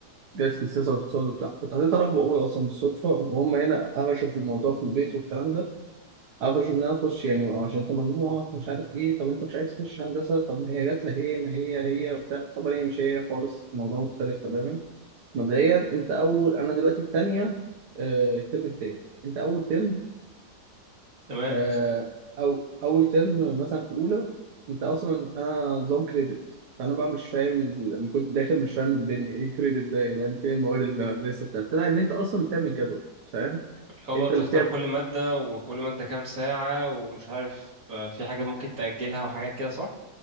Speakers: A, on the right; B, on the right.
A: جات لي سياسه واقتصاد وبتاع كنت حطيت رغبه اولى اصلا بالصدفه وهم هنا قفشوا في الموضوع في البيت والكلام ده قفشوا ان انا اخش يعني عشان انت مجموعك مش عارف ايه طب انت مش عايز تخش هندسه طب ما هي جات لك ايه ما هي هي وبتاع طب هي مش هي خالص الموضوع مختلف تماما مبدئيا انت اول انا دلوقتي الثانيه الترم التاني انت اول ترم
B: تمام
A: آه، او اول ترم مثلا في اولى انت اصلا انا نظام كريدت فانا بقى مش فاهم ال- انا كنت داخل مش فاهم الدنيا ايه كريدت ده يعني فين المواد اللي لسه بتاعت لا ان انت اصلا بتعمل جدول فاهم
B: اللي هو
A: انت
B: بقى بتختار
A: اللي بتعمل
B: كل مادة وكل مادة كام ساعة ومش عارف آه، في حاجات ممكن تأجلها وحاجات كده صح